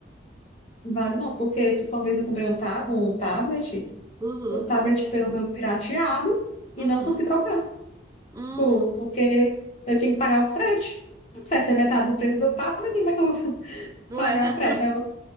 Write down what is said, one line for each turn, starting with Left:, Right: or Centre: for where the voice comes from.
Left: Vale não, porque tipo, uma vez eu comprei um, tab um tablet,
Right: Uhum.
Left: o tablet foi o meu pirateado e
Right: Uhum.
Left: não consegui trocar, tipo,
Right: Hum.
Left: porque eu tinha que pagar o frete. O frete é metade do preço do tablet, como é que eu vou <laughs>
Right: Ué,
Left: pagar o frete?
Right: <laughs>
Left: Aí Eu